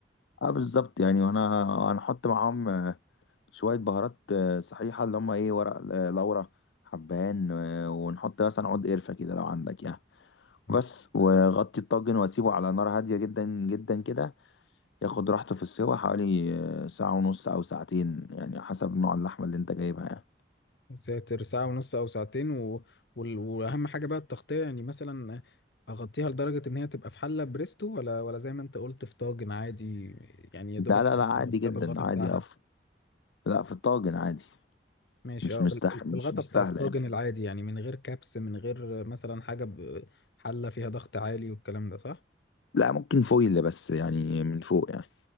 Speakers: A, on the left; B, on the left.
A: اه بالظبط يعني وانا هنحط معاهم شوية بهارات آه، صحيحة اللي هما ايه ورق آه، لورا حبهان آه، ونحط مثلا عود قرفة كده لو عندك يعني
B: مم.
A: بس وغطي الطاجن واسيبه على نار هادية جدا جدا كده ياخد راحته في السوا حوالي آه، ساعة ونص أو ساعتين يعني حسب نوع اللحمة اللي انت جايبها يعني
B: ساتر ساعة ونص أو ساعتين و... وال... وأهم حاجة بقى التغطية يعني مثلا أغطيها لدرجة إن هي تبقى في حلة بريستو ولا ولا زي ما أنت قلت في طاجن عادي يعني يا
A: ده
B: دوبك
A: لا لا عادي
B: مغطيها
A: جدا
B: بالغطا
A: عادي
B: بتاعها
A: أف... لا في الطاجن عادي
B: ماشي
A: مش
B: اه
A: مستح
B: بال- بال- بالغطا
A: مش مستاهلة
B: بتاع الطاجن
A: يعني
B: العادي يعني من غير كبس من غير مثلا حاجة ب- حلة فيها ضغط عالي والكلام ده صح؟
A: لا ممكن فويل بس يعني من فوق يعني